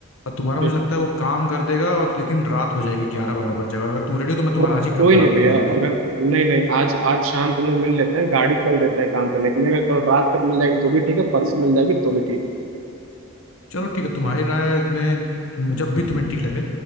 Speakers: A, on the left; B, on the right.
A: और तुम्हारा
B: ठीक
A: मुझे लगता है वो काम कर देगा और लेकिन रात हो जाएगी ग्यारह बारह बज जाएगा अगर तुम रेडी हो तो मैं तुम्हारा
B: को,
A: आज ही काम
B: कोई नहीं
A: करा दूँ
B: भैया
A: बोलो तो
B: अगर नहीं नहीं आज आज शाम को हम लोग मिल लेते हैं गाड़ी कल देते हैं काम करने के लिए अगर कल रात तक मिल जाएगी तो भी ठीक है परसों मिल जाएगी तो भी ठीक है
A: चलो ठीक है तुम्हारी राय में तुम जब भी तुम्हें ठीक लगे